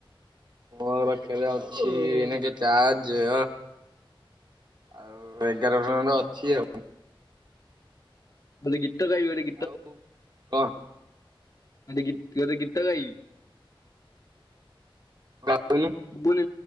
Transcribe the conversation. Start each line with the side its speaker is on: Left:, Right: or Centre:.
Right: ମୋର ପାଖରେ ଅଛି ଏବେ ଚାର୍ଜ ଆଉ ଏଗାର ପର୍ସେଣ୍ଟ ଅଛି ଆଉ।
Left: <unintelligible>
Right: ଆଉ କଣ?
Left: ଆ ଗୀତ ଗାଇବି
Right: ଯାଉନୁ
Left: <unintelligible>